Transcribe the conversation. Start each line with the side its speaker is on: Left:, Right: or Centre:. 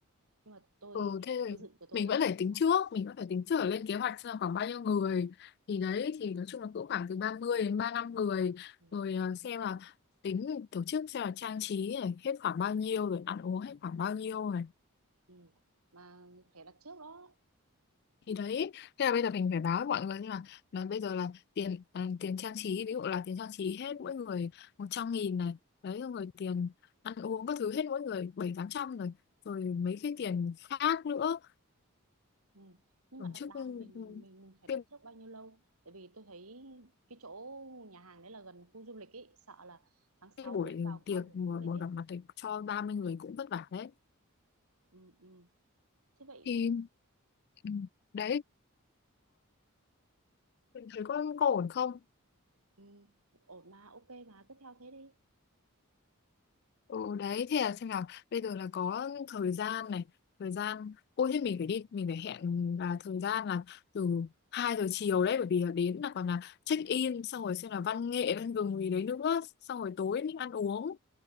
Right: nhưng mà tôi
Left: Ừ, thế rồi
Right: theo dự của tôi
Left: mình
Right: là
Left: vẫn
Right: không
Left: phải
Right: đủ
Left: tính
Right: đó là
Left: trước, mình vẫn phải tính trước lên kế hoạch xem là khoảng bao nhiêu người.
Right: ừ,
Left: Thì đấy thì nói chung là cứ khoảng từ 30 đến 35 người.
Right: ừ,
Left: Rồi ờ, xem là tính tổ chức xem là trang trí này hết khoảng bao nhiêu rồi ăn uống hết khoảng bao nhiêu này
Right: ừ. mà phải đặt trước đó
Left: thì đấy thế là bây giờ mình phải báo với mọi người nhưng mà, mà bây giờ là tiền à, tiền trang trí ví dụ là tiền trang trí hết mỗi người một trăm nghìn này đấy rồi người tiền ăn uống các thứ hết mỗi người bảy tám trăm rồi rồi mấy cái tiền khác nữa
Right: Ừ. Nhưng
Left: tổ
Right: mà đặt
Left: chức
Right: bàn
Left: ừ,
Right: mình
Left: ừ,
Right: mình mình phải đặt
Left: cái,
Right: trước bao nhiêu lâu? Tại vì tôi thấy cái chỗ nhà hàng đấy là gần khu du lịch ấy, sợ là tháng
Left: cái
Right: 6
Left: buổi
Right: này vào
Left: tiệc
Right: cao điểm
Left: mà
Right: du lịch
Left: buổi
Right: ấy.
Left: gặp mặt thì cho 30 người cũng vất vả đấy
Right: Ừ, ừ. Thế vậy
Left: thì ừ, đấy mình thấy có, có ổn không
Right: ừ. ổn mà, ok mà cứ theo thế đi.
Left: Ừ đấy thế là xem nào bây giờ là có thời gian này thời gian ôi thế mình phải đi mình phải hẹn là thời gian là từ 2 giờ chiều đấy bởi vì là đến là còn là check in xong rồi xem là văn nghệ văn gừng gì đấy nữa xong rồi tối mình ăn uống